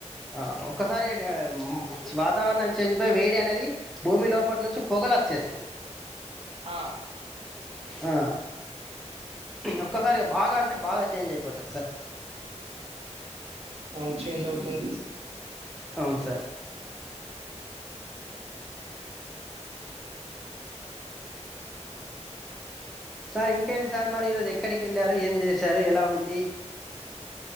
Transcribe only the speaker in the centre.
ఆ ఒక్కసారి అనే ఉం వాతావరణం చేంజ్ పయి వేడి అనేది భూమి లోపటి నుంచి పొగలచ్చేస్తాయి.
ఆ ఒక్కసారి బాగా అంటే బాగా చేంజ్ అయిపోతది సార్
అవును సార్ సార్ ఇంకేంటి సార్ మరి ఈరోజు ఎక్కడికి వెళ్ళారు ఏం చేశారు ఎలా ఉంది.